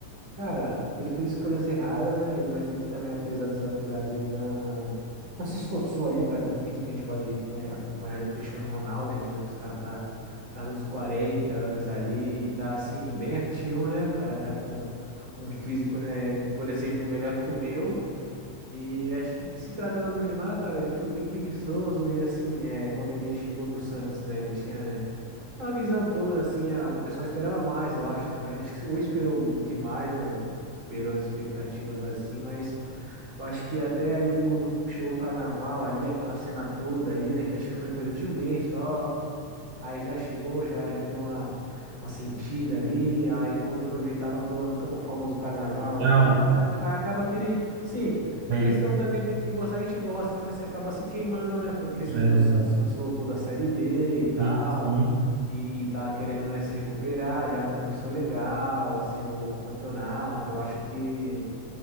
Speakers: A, on the right; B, on the right.
A: cara, ele fez escolhas erradas, né? Ele, mas ele também, apesar dos apesares dele, não, não, não se esforçou ali, né, pra ter um físico. A gente pode, né, acompanhar ali o Cristiano Ronaldo. A gente vê que os caras tá perto dos 40 anos ali e tá, assim, bem ativo, né? O cara tá com, com um físico, né? Por exemplo, melhor que o meu. E acho que se tratando do Neymar, cara, ele foi bem preguiçoso e assim, é, quando ele chegou no Santos, né, ele tinha, né, aquela visão toda, assim, a- o pessoal esperava mais, eu acho também, acho que ou esperou demais, né, superou as expectativas assim, mas eu acho que até ali quando chegou o Carnaval ali, aquela cena toda ali, né, que acho que foi coisa de um mês só, Aí já chegou, já, já deu uma, uma sentida ali. Aí quando foi ver, tava pulando ca- o famoso carnaval
B: Não,
A: lá. Aí, ac- aí acaba que ele. Sim,
B: é
A: é questão
B: isso.
A: também de, de gostar, a gente gosta, né? mas assim, acaba se queimando, né? Porque você
B: É,
A: vê o Santos, o Santos voltou da Série B e tal.
B: sim,
A: E, e tá querendo, né, se recuperar, já não começou legal, assim, o, o campeonato. Eu acho que